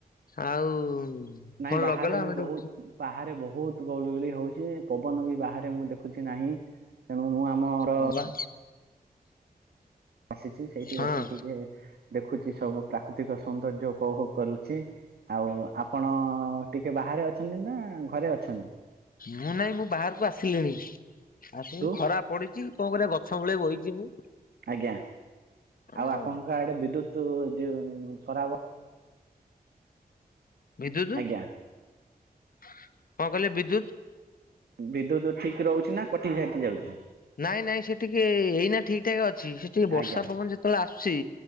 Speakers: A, on the left; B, on the right.
A: ଆଉ
B: ନାଇଁ
A: ଫୋନ
B: ବାହାରେ
A: ଲଗେଇଲା
B: ବି
A: ଆମେ
B: ବହୁତ,
A: ଟିକେ ଉଠି
B: ବାହାରେ ବହୁତ ଗୁଳିଗଳି ହଉଛି, ପବନ ବି ବାହାରେ ମୁଁ ଦେଖୁଛି ନାହିଁ, ତେଣୁ ମୁଁ ଆମର
A: ହଁ ବା
B: ଆସିଚି, ସେଇଠି ବସିି
A: ହଁ
B: ଟିକେ ଦେଖୁଛି ସବୁ ପ୍ରାକୃତିକ ସୌନ୍ଦର୍ଯ୍ୟ ଉପଭୋଗ କରୁଚି। ଆଉ ଆପଣ ଟିକେ ବାହାରେ ଅଛନ୍ତି ନା, ଘରେ ଅଛନ୍ତି?
A: ମୁଁ ନାଇଁ ମୁଁ ବାହାରକୁ ଆସିଲିଣି। ଆସିକି
B: ତୁ
A: ଖରା ପଡିଛି, କଣ କରିବା? ଗଛ ମୂଳେ ବଇଛି ମୁଁ।
B: ଆଜ୍ଞା,
A: ହଁ
B: ଆଉ ଆପଣଙ୍କ ଆଡେ ବିଦ୍ୟୁତ ଯଉ ସରାବ
A: ବିଦ୍ୟୁତ,
B: ଆଜ୍ଞା
A: କଣ କହିଲେ? ବିଦ୍ୟୁତ
B: ବିଦ୍ୟୁତ ଠିକ ରହୁଛି ନା, କଟିି କାଟି ଯାଉଛି?
A: ନାଇଁ ନାଇଁ ସେ ଟିକେ ଏଇନା ଠିକ୍ ଠାକ ଅଛି, ସେ ଟିକେ ବର୍ଷା
B: ଆଜ୍ଞା
A: ପବନ ଯେତେବେଳେ ଆସୁଛି